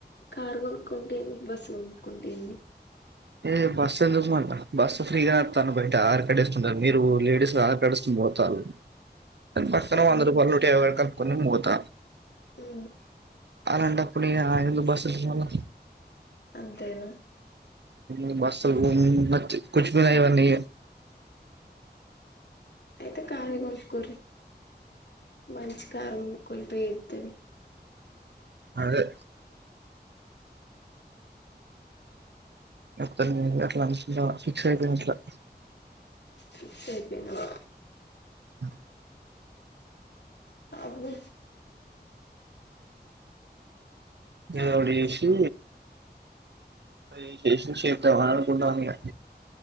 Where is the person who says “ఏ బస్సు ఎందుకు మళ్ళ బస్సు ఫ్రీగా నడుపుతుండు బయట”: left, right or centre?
Right